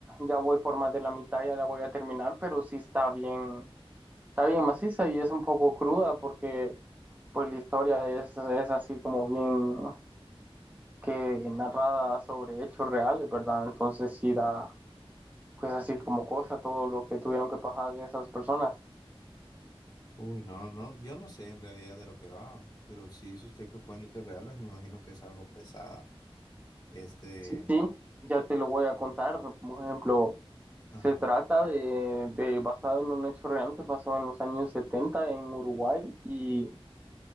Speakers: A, on the right; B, on the left.
A: ya voy por más de la mitad, ya la voy a terminar, pero sí está bien, está bien maciza y es un poco cruda porque pues la historia es, es así como bien que narrada sobre hechos reales, ¿verdad? Entonces sí da pues así como cosa todo lo que tuvieron que pasar esas personas.
B: Uy, no, no, yo no sé en realidad de lo que va, pero sí, si dice usted que fue en hechos reales, me imagino que es algo pesado. Este,
A: Sí, sí, ya te lo voy a contar, por ejemplo.
B: ajá.
A: Se trata de, de basado en un hecho real que pasó en los años 70 en Uruguay y,